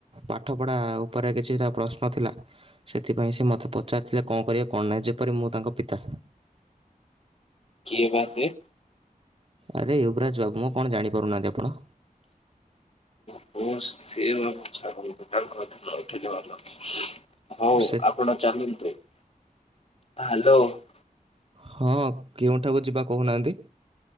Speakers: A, on the right; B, on the left.
A: ପାଠପଢ଼ା ଉପରେ କିଛିଟା ପ୍ରଶ୍ନ ଥି ଲା। ସେଥିପାଇଁ ସେ ମୋତେ ପଚାରିଥିଲେ କଣ କରିବେ କଣ ନାହିଁ, ଯେପରି ମୁଁ ତାଙ୍କ ପିତା।
B: କିଏ ବା ସିଏ?
A: ଆରେ ୟୁବରାଜ ବାବୁ ମ, କଣ ଜାଣିପାରୁନାହାଁନ୍ତି ଆପଣ?
B: <unintelligible> ହଉ ଆପଣ
A: ସେ
B: ଚାଲନ୍ତୁ ହ୍ୟାଲୋ।
A: ହଁ କେଉଁଠାକୁ ଯିବା କହୁନାହାଁନ୍ତି?